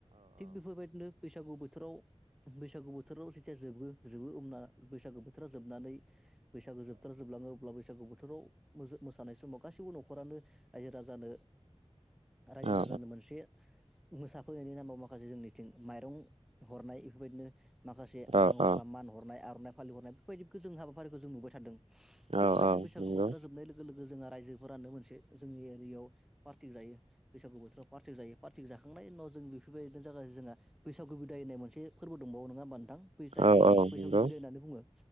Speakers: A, in the centre; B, on the right (about 65°).
A: थिग बेफोरबायदिनो बैसागु बोथोराव बैसागु बोथोराव जेथिया जोबो जोबो ओमना बैसागु बोथोराव जोबनानै बैसागु जोबथार जोबलाङो अब्लाबो बैसागु बोथोराव मोजो मोसानाय समाव गासैबो न'खरानो रायजो राजानो रायजो
B: औ
A: राजानि मोनसे मोसा फोरनि नामाव माखासे जोंनिथिं माइरं हरनाय बेफोरबायदिनो माखासे
B: औ
A: रां रुफा
B: औ
A: मान हरनाय आरनाइ फालि हरनाय बेबायदिखौ जों हाबाफारिखौ जों नुबाय थादों
B: औ
A: थिग बेबायदिनो बैसागु
B: नंगौ
A: बोथोरा जोबनाय लोगो लोगो जोंहा रायजोफोरानो मोनसे जोंनि एरियायाव पार्टिक जायो बैसागु बोथोराव पार्टिक जायो पार्टि जाखांनायनि उनाव जों बेफोरबायदिनो थाखाय जोंहा बैसागु बिदाय होननाय मोनसे फोरबो दंबावो नङा होनबा थां बै जायखौ
B: औ
A: जोङो
B: औ नंगौ
A: बैसागु बिदाय होनानैै बुङो